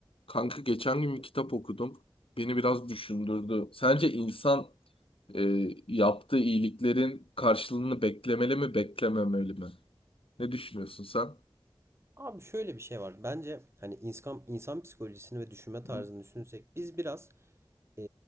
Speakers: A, on the left (about 75°); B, on the right (about 30°).
A: Kanka geçen gün bir kitap okudum. Beni biraz düşündürdü. Sence insan e, yaptığı iyiliklerin karşılığını beklemeli mi, beklememeli mi? Ne düşünüyorsun sen?
B: Abi şöyle bir şey var. Bence hani insan, insan psikolojisini ve düşünme tarzını
A: Hı
B: düşünürsek biz biraz e,